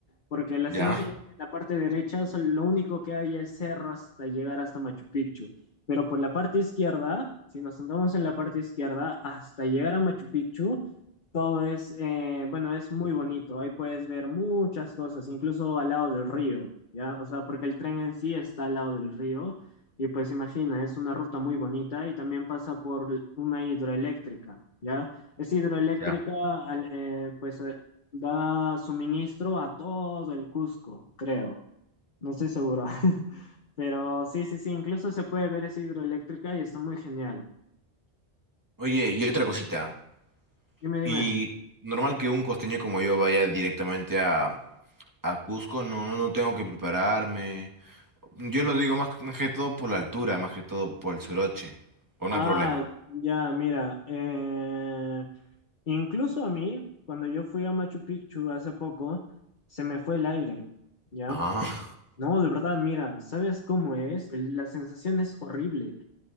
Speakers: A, on the left; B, on the right.
A: porque lastimosamente
B: Ya,
A: en la parte derecha sol- lo único que hay es cerro hasta llegar hasta Machu Picchu, pero por la parte izquierda, si nos sentamos en la parte izquierda, hasta llegar a Machu Picchu, todo es, eh, bueno, es muy bonito, ahí puedes ver muchas cosas, incluso al lado del río, ¿ya? O sea, porque el tren en sí está al lado del río. Y pues imagina, es una ruta muy bonita y también pasa por una hidroeléctrica, ¿ya? Es hidroeléctrica,
B: ya.
A: al- eh, pues da suministro a todo el Cusco, creo. No estoy seguro. <laughs> Pero sí, sí, sí, incluso se puede ver esa hidroeléctrica y está muy genial.
B: Oye, y otra cosita.
A: Dime, dime.
B: Y normal que un costeño como yo vaya directamente a, a Cusco, no, no, no tengo que prepararme. Yo lo digo más que más que todo por la altura, más que todo por el soroche. O no
A: Ah,
B: hay problema.
A: ya, mira. eh, incluso a mí, cuando yo fui a Machu Picchu hace poco, se me fue el aire, ¿ya?
B: Ah,
A: No, de verdad, mira, ¿sabes cómo es? El- la sensación es horrible.